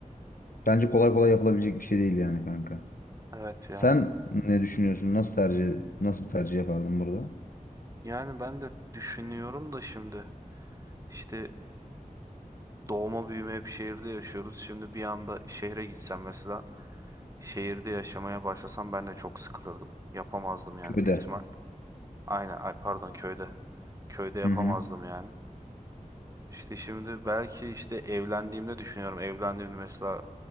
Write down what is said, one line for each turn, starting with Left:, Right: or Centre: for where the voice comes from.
Left: Bence kolay kolay yapılabilecek bir şey değil yani kanka.
Right: Evet ya.
Left: Sen ne düşünüyorsun? Nasıl tercih nasıl bir tercih yapardın burada?
Right: Yani ben de düşünüyorum da şimdi işte doğma büyüme hep şehirde yaşıyoruz. Şimdi bir anda şehre gitsem mesela şehirde yaşamaya başlasam ben de çok sıkılırdım. Yapamazdım yani
Left: Köyde.
Right: büyük ihtimal. Aynen ay pardon köyde. Köyde yapamazdım
Left: Hı hı.
Right: yani. İşte şimdi belki işte evlendiğimde düşünüyorum. Evlendiğimde mesela